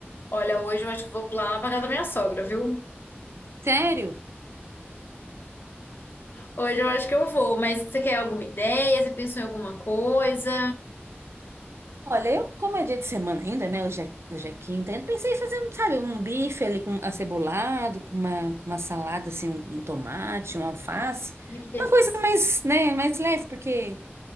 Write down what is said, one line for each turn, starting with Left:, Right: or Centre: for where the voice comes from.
Left: Olha, hoje eu acho que eu vou lá pra casa da minha sogra, viu?
Right: Sério?
Left: Hoje eu acho que eu vou, mas você quer alguma ideia? Você pensou em alguma coisa?
Right: Olha, eu, como é dia de semana ainda, né? Hoje é, hoje é quinta, eu pensei em fazer, um, sabe, um bife ali com acebolado, com uma, com uma salada, assim, um, um tomate, um alface.
Left: Ai, que delícia.
Right: Uma coisa mais, né, mais leve, porque